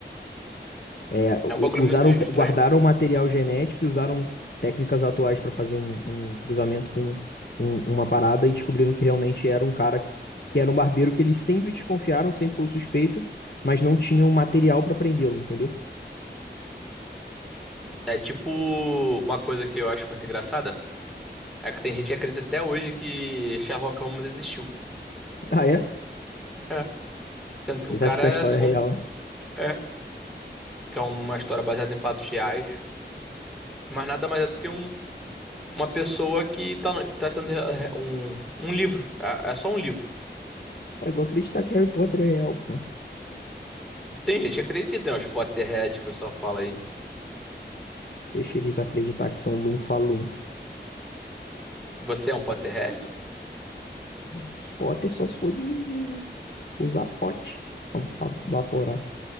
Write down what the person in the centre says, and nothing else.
é um bagulho
muito estranho.
É tipo uma coisa que eu acho muito engraçada. É que tem gente que acredita até hoje que Sherlock Holmes existiu.
É. Sendo que
o cara
é
só
um.
é. que é uma história baseada em fatos reais, mas nada mais é do que um, uma pessoa que está tá, no- tá sendo re- um, um livro. É, é só um livro.
Tem gente que acredita, né? Os Potterhead, que o pessoal fala aí.
Você é um Potterhead?